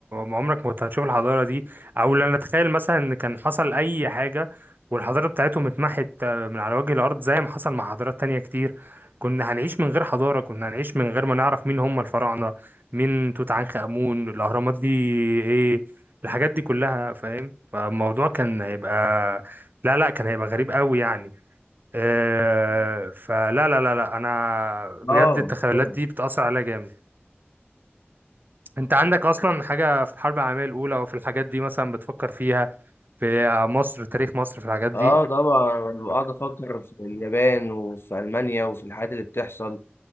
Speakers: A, on the right (about 50°); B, on the left (about 65°).
A: عمرك ما كنت هتشوف الحضاره دي او لا نتخيل مثلا ان كان حصل اي حاجه والحضاره بتاعتهم اتمحت آه، من على وجه الارض زي ما حصل مع حضارات تانية كتير كنا هنعيش من غير حضاره كنا هنعيش من غير ما نعرف مين هم الفراعنه مين توت عنخ امون الاهرامات دي ايه الحاجات دي كلها فاهم فالموضوع كان هيبقى لا لا كان هيبقى غريب قوي يعني آه، فلا لا لا لا انا بجد
B: اه
A: التخيلات
B: طبعا
A: دي بتأثر عليا جامد انت عندك اصلا حاجة في الحرب العالمية الاولى او في الحاجات دي مثلا بتفكر فيها في مصر تاريخ مصر في الحاجات دي
B: اه طبعا بقعد افكر في اليابان وفي المانيا وفي الحاجات اللي بتحصل